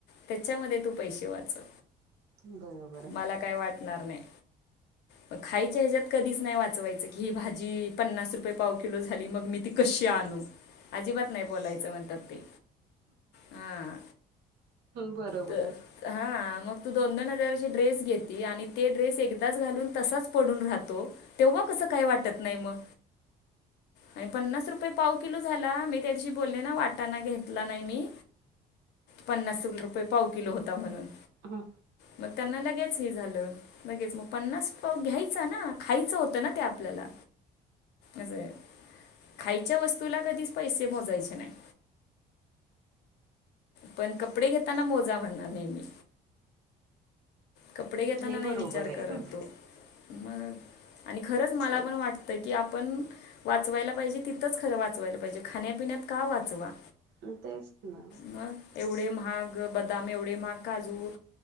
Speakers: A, on the left; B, on the right.
A: त्याच्यामध्ये तु पैशे वाचव.
B: हम्म बरोबर आहे
A: मला काय वाटणार नाही. मग खायच्या ह्याच्यात कधीच नाही वाचवायचं की ही भाजी पन्नास रुपये पाव किलो झाली, मग मी ती कशी आणू? अजिबात नाही बोलायचं म्हणतात ते. हां
B: बरोबर
A: ते
B: आहे
A: हा मग तू दोन, दोन हजाराची ड्रेस घेती आणि ते ड्रेस एकदाच घालून तसाच पडून राहतो. तेव्हा कस काय वाटत नाही मग, आणि पन्नास रुपये पाव किलो झा ला मी त्या दिवशी बोले ना वाटाना घेतला नाही मी पन्नास रुपय पाव किलो होता म्हणून.
B: ह
A: मग त्यांना लगेच हे झालं. लगेच मग पन्नास पाव घ्यायचा ना, खायचं होतं ना ते आपल्याला. असय खायच्या वस्तूला कधीच पैसे मोजायचे नाहित. पण कपडे घेताना मोजा म्हणार नाही मी. कपडे घेताना
B: हे बरोबर
A: नाही विचार
B: आहे
A: करत तो मग. आणि खरंच मला
B: तर
A: पण वाटतं की, आपण वाचवायला पाहिजे तिथंच खरं वाचवायला पाहिजे. खाण्यापिण्यात का वाचवा.
B: मग तेच ना.
A: मग एवढे महाग बदाम, एवढे महाग काजू